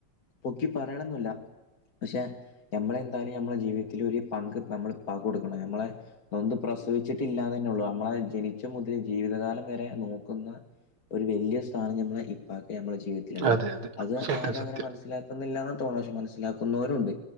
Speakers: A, on the left; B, on the right.
A: പൊക്കി പറയണൊന്നല്ല പക്ഷെ നമ്മളെ എന്തായാലും നമ്മളുടെ ജീവിതത്തിൽ ഒരു പങ്ക് നമ്മൾ ഉപ്പാക്ക് കൊടുക്കണം നമ്മളെ നൊന്ത് പ്രസവിച്ചിട്ടില്ലാ തന്നെ ഉള്ളൂ നമ്മളെ ജനിച്ച മുതൽ ജീവിതകാലം വരെ നോക്കുന്ന ഒരു വലിയ സ്ഥാനം ഞമ്മളെ ഇപ്പാക്ക് നമ്മുടെ ജീവിതത്തിലുണ്ട്
B: അതെ അതെ
A: അത്
B: സത്യം
A: ആരും
B: സത്യം
A: അങ്ങനെ മനസ്സിലാക്കുന്നില്ല ല്ലാത്തവരുമുണ്ട് പക്ഷേ മനസ്സിലാക്കുന്നവരുമുണ്ട്